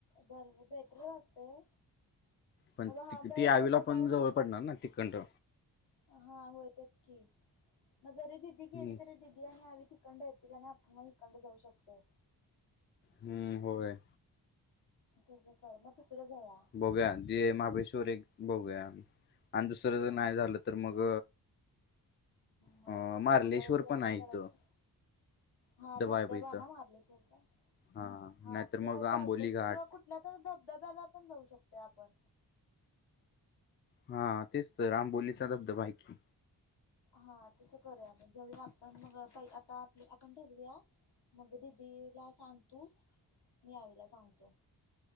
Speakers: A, on the left; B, on the left.
A: बर बेटर वाटतंय
B: पण
A: महाबळेश्वरला
B: ती ती आवीला पण
A: जाऊन
B: जवळ
A: तिथला
B: पडणार
A: एक
B: ना तिकडनं
A: हा, हो तेच की मग जरी दिदी गेली
B: हम्म
A: तरी दिदी आणि आवी तिकण्ड येतील आणि आपण मग हिकडणं जाऊ शकतोय.
B: हम्म होय.
A: तुझं कर मग तिकडे जाऊया.
B: बघूया जे महाबळेश्वर एक बघूया आणि दुसरं जर नाही
A: हा
B: झालं तर मग
A: मग
B: अ मार्लेश्वर
A: महाबळेश्वर
B: पण
A: नाही
B: आहे
A: झालं
B: इथं
A: तर हा धबधबा
B: आहे बघ इथं
A: ना मार्लेश्वरचा
B: हा
A: हा
B: नाहीतर मग आंबोली
A: चालतंय की
B: घाट
A: किंवा कुठ कुठल्या तरी धबधब्याला पण जाऊ शकतोय आपण
B: हा तेच तर आंबोलीचा धबधबा हाय की.
A: हा तसं करूया मग जाऊया आपण मग पहिलं आता आप आपण ठरूया. मग दिदीला सांग तू, मी आवीला सांगतो.